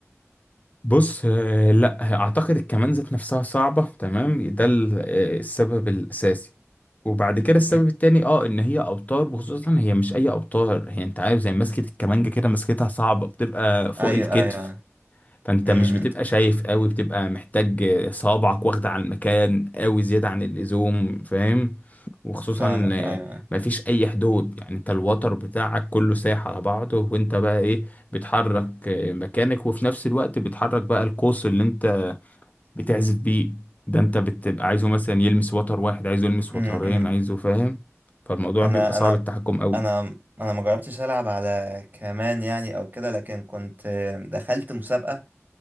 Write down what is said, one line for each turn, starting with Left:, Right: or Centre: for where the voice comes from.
Left: بص آه، لا اعتقد الكمان ذات نفسها صعبة تمام ده ال- آه، السبب الاساسي وبعد كده السبب
Right: مم.
Left: التاني اه ان هي اوتار وخصوصا هي مش اي اوتار هي انت عارف زي مسكة الكمانجة كده مسكتها صعبة بتبقى فوق
Right: ايوه
Left: الكتف
Right: ايوه
Left: فانت
Right: امم
Left: مش بتبقى شايف قوي بتبقى محتاج آه، صوابعك واخدة على المكان قوي زيادة عن اللزوم فاهم وخصوصا
Right: فاهمك
Left: آه،
Right: ايوه
Left: مفيش اي حدود يعني انت الوتر بتاعك كله سايح على بعضه وانت بقى ايه بتحرك آه، مكانك وفي نفس الوقت بتحرك بقى القوس اللي انت بتعزف بيه ده انت بتبقى عايزه مثلا يلمس وتر واحد عايزه يلمس
Right: امم
Left: وترين
Right: امم.
Left: عايزه فاهم فالموضوع
Right: انا
Left: بيبقى صعب
Right: انا
Left: التحكم قوي
Right: انا انا ما جربتش العب على كمان يعني او كده لكن كنت دخلت مسابقة